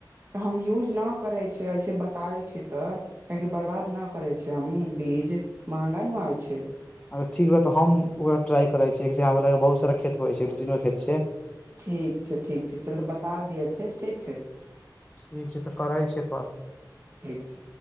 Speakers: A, on the right; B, on the left.
A: तऽ हम यूज नहि करै छियै ऐसे बताबै छी तऽ कियाकि बर्बाद नाह करै छै हम बीज महंगा न आबय छै
B: अच्छा ठीक बा तऽ हम ओकरा ट्राइ करय छियै हमरा लागय यै बहुत सारा खेत होइ छै दू तीन गो खेत छै
A: ठीक छै ठीक छै चलू बता दिअ छै ठीक छै
B: ठीक छै तऽ करै छिये कॉल
A: ठीक छै